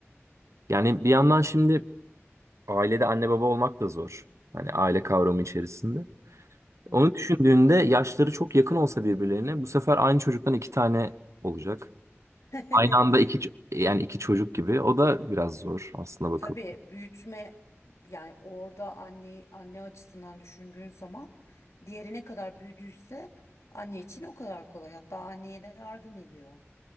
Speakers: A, on the right (about 80°); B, on the left (about 80°).
A: Yani bir yandan şimdi ailede anne baba olmak da zor. Hani aile kavramı içerisinde.
B: Hı-hı.
A: Onu düşündüğünde yaşları çok yakın olsa birbirlerine bu sefer aynı çocuktan iki tane olacak.
B: <laughs>
A: Aynı anda iki ç- yani iki çocuk gibi. O da biraz zor aslında bakıp.
B: Tabii büyütme yani orada anne anne açısından düşündüğün zaman diğeri ne kadar büyüdüyse anne için o kadar kolay. Hatta anneye de yardım ediyor.